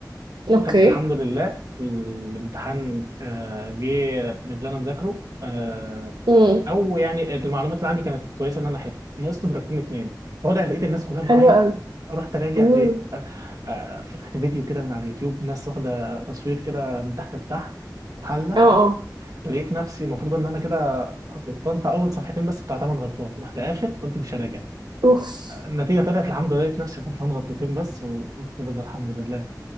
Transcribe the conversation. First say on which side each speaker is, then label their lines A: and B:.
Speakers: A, on the right; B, on the right.
A: اوكي
B: خدت الحمد لله الامتحان آه جه من اللي انا مذاكره آه
A: امم
B: او يعني المعلومات اللي عندي كانت كويسه ان انا حلو نقصت درجتين اتنين طالع لقيت الناس كلها بتعيط
A: حلو قوي
B: رحت راجع
A: امم
B: لقيت آه، آه، فتحت فيديو كده من على اليوتيوب ناس واخده تصوير كده من تحت لتحت وحله
A: اه اه
B: لقيت نفسي المفروض ان انا كده غلطان في اول صفحتين بس بتاع تمن غلطات رحت قافل قلت مش هراجع
A: اوف
B: النتيجه طلعت الحمد لله لقيت نفسي غلطان غلطتين بس وقلت ده ده الحمد لله